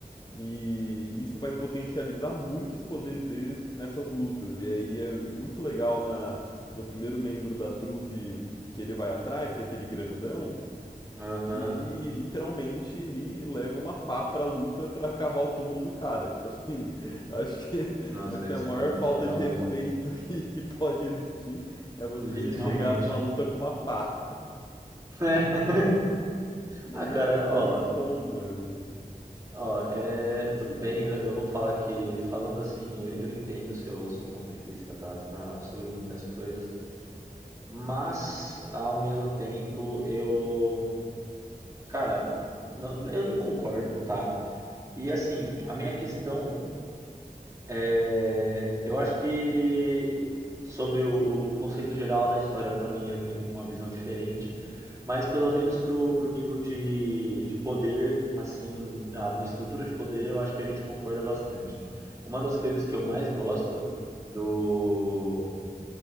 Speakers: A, on the left; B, on the right.
A: e isso vai potencializar muitos poderes deles nessas lutas. E aí é muito legal na, no primeiro membro da trupe que ele vai atrás, que é aquele grandão.
B: Aham.
A: E ele literalmente ele leva uma pá pra luta pra cavar o túmulo do cara. Tipo assim, <laughs> eu acho que <laughs>
B: Nossa,
A: essa
B: isso
A: é a maior
B: é muito
A: falta
B: legal
A: de respeito
B: mesmo.
A: <laughs> que, que pode existir. É você
B: Literalmente.
A: chegar numa luta com uma pá.
B: <laughs>
A: E
B: Ah, cara,
A: é,
B: ó.
A: é muito bom, mano.
B: Ó, é, tudo bem, eu, eu vou falar que, falando assim, eu, eu entendo o seu, seu ponto de vista, tá? Pra, sobre muitas coisas, mas, ao mesmo tempo, eu Cara, n- eu não concordo, tá? E assim, a minha questão é, eu acho que sobre o, o conceito geral da história, pra mim, eu tenho uma visão diferente, mas pelo menos pro, pro nível de, de poder, assim, a estrutura de poder, eu acho que a gente concorda bastante. Uma das coisas que eu mais gosto do,